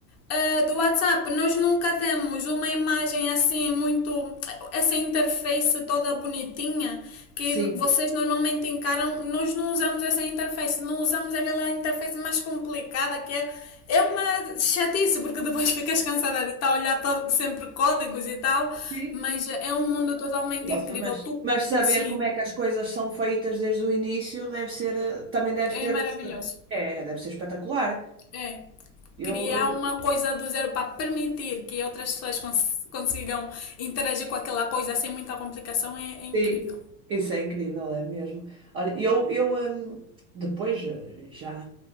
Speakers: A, on the left (about 30°); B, on the right (about 30°).
A: eh, do WhatsApp. Nós nunca temos uma imagem assim, muito. essa interface toda bonitinha que
B: sim.
A: vocês normalmente encaram. Nós não usamos essa interface, não usamos aquela interface mais complicada que é é uma chatice, porque depois ficas cansada de estar a olhar para sempre códigos e tal,
B: Sim.
A: mas é um mundo totalmente
B: Próxima,
A: incrível.
B: mas,
A: Tu,
B: mas saber
A: sim,
B: como é que as coisas são feitas desde o início deve ser, eh, também deve
A: é
B: ter,
A: maravilhoso.
B: o seu- é, deve ser espetacular.
A: É.
B: Eu,
A: Criar
B: eu-
A: uma coisa do zero para permitir que outras pessoas cons- consigam interagir com aquela coisa sem muita complicação é, é incrível.
B: sim, isso é incrível, é mesmo. Olha, eu, eu hum, depois, eh, já,